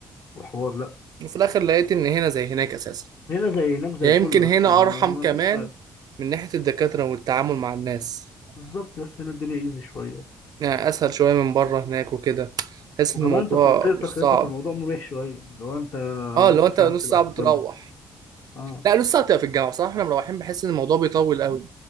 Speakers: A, on the left (about 55°); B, on the right (about 55°).
A: وحوار لا
B: وفي الاخر لقيت ان هنا زي هناك اساسا
A: هنا زي هناك زي
B: يعني
A: كله
B: يمكن
A: يا
B: هنا
A: اسطى ما,
B: ارحم
A: ما, ما
B: كمان
A: ما فيش بقى
B: من ناحية الدكاترة والتعامل مع الناس
A: بالظبط يا اسطى هنا الدنيا ايزي شويه
B: يعني اسهل شوية من بره هناك وكده تحس
A: وكمان
B: ان الموضوع
A: انت في منطقتك
B: مش صعب
A: يا اسطى فالموضوع مريح شويه لو انت
B: اه لو
A: نص
B: انت
A: ساعه
B: نص
A: بتبقى
B: ساعة
A: في
B: بتروح
A: الجامعه اه
B: لا لسه هتبقى في الجامعه بصراحه احنا مروحين بحس ان الموضوع بيطول قوي